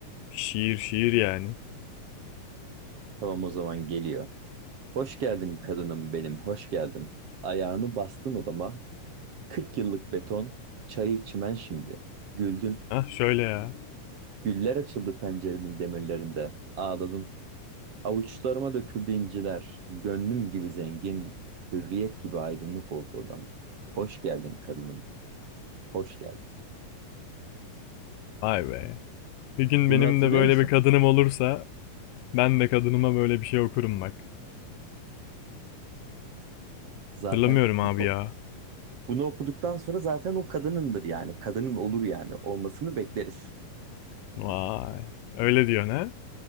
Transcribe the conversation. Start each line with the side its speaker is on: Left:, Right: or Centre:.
Left: şiir şiir yani.
Right: tamam o zaman geliyor. Hoş geldin kadınım benim, hoş geldin. Ayağını bastın odama, Kırk yıllık beton, çayır çimen şimdi. Güldün,
Left: Hah şöyle ya.
Right: güller açıldı penceremin demirlerinde. Ağladın, avuçlarıma döküldü inciler. Gönlüm gibi zengin, hürriyet gibi aydınlık oldu odam. Hoş geldin kadınım, hoş geldin.
Left: Vay be. Bir gün
Right: Bunu
Left: benim
Right: hatırlıyor
Left: de böyle
Right: musun?
Left: bir kadınım olursa ben de kadınıma böyle bir şey okurum bak.
Right: Zaten
Left: Hatırlamıyorum
Right: bunu,
Left: abi ya.
Right: bunu okuduktan sonra zaten o kadınındır yani. Kadının olur yani. Olmasını bekleriz.
Left: Vay. Öyle diyor ne?